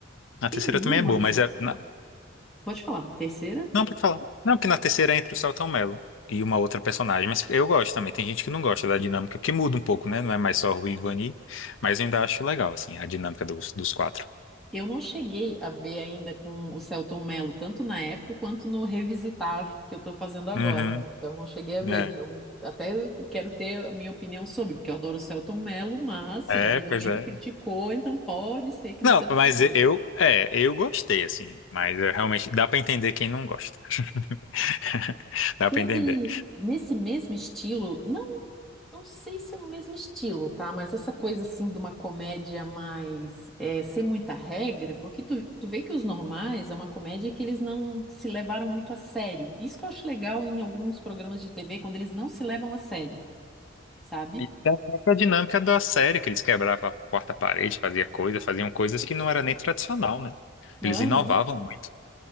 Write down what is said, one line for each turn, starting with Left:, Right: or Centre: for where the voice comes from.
Left: A terceira
Centre: Tem uma.
Left: também é boa, mas é. na-
Centre: Pode falar. Terceira?
Left: Não, pode falar. Não, porque na terceira é entre o Saltão Mello e uma outra personagem, mas eu gosto também. Tem gente que não gosta da dinâmica, que muda um pouco, né, não é mais só Rui e Vani, mas eu ainda acho legal, assim, a dinâmica dos, dos quatro.
Centre: Eu não cheguei a ver ainda com o Selton Mello, tanto na época quanto no Revisitar que eu tô fazendo agora.
Left: Uhum.
Centre: Então, não cheguei a ver.
Left: é.
Centre: Então, até eu quero ter a minha opinião sobre, porque eu adoro o Selton Mello, mas se
Left: É,
Centre: já teve
Left: pois
Centre: alguém
Left: é.
Centre: que criticou, então pode ser que não
Left: Não,
Centre: seja
Left: mas
Centre: tão bom.
Left: eu, é, eu gostei, assim. Mas eu realmente dá pra entender quem não gosta. <laughs> Dá
Centre: Teve
Left: pra entender.
Centre: nesse mesmo estilo, não Não sei se é no mesmo estilo, tá? Mas essa coisa assim de uma comédia mais é, sem muita regra, porque tu, tu vê que os normais é uma comédia que eles não se levaram muito a sério. Isso que eu acho legal em alguns programas de TV, quando eles não se levam a sério, sabe?
Left: E a própria dinâmica da série, que eles quebravam a quarta parede, fazia coisa, faziam coisas que não era nem tradicional, né?
Centre: Aham.
Left: Eles inovavam muito.